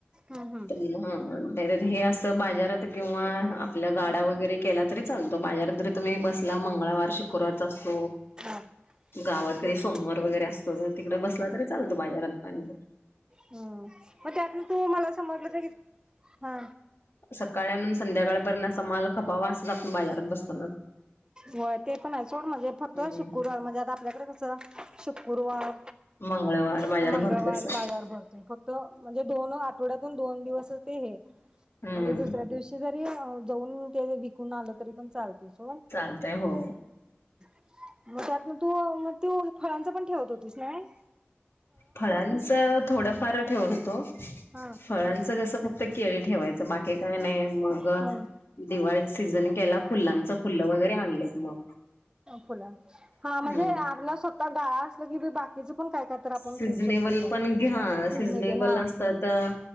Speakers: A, on the right (about 20°); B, on the left (about 65°).
A: हम्म
B: तो <inaudible> ह नाही हे अस बाजारात किंवा आपला गाड्या
A: हम्म
B: वगैरे केला तरी चालत तो बाजार जरी तुम्ही बसला मंगळवार शुक्रवारच असतो
A: हा
B: गावत कधी
A: तेच
B: सोमवार
A: की
B: वगैरे असत तो जर तिकडे बस बसला तरी चालतो बाजारातपण
A: हम् मग त्यातन तू मला समजलं तर की हा
B: सकाळ आणून संध्याकाळपर्यंत असा माल खपावा असत आपण बाजारात बसतो ना?
A: होय ते पण आहे सोड म्हणजे फक्त
B: हम्म
A: शुक्रवार म्हणजे आता आपल्याकडे कसं शुक गुरुवार
B: मंगळवार बाजार
A: मंगळवार
B: भरतो अस
A: बाजार भरतोय फक्त म्हणजे दोन आठवड्यातून दोन दिवस ते हे
B: हम्म
A: म्हणजे दुसऱ्या दिवशी जरी जाऊन ते विकून आलं तरी पण चालते सो
B: चालतय हो.
A: मग त्यातन तू मग तू फळांच पण ठेवत होतीस नव्हे?
B: फळांचं थोडं फारं ठेवत होतो
A: हा
B: फळांचं कसं फक्त फक्त केळी ठेवायचं बाकी काय नाही मग
A: हम्म
B: दिवाळी सीझन केला फुलांच फुलं वगैरे आणलेत मग
A: फुला हा म्हणजे
B: हम्म
A: आपला स्वतः गडाळा असलं की बाकी तिच पण काय तर आपण
B: सीझनेबल
A: ठेवू शकतोय त्यात
B: पण घ्या
A: सिजनेबल
B: सिझनेबल
A: हा
B: असत तर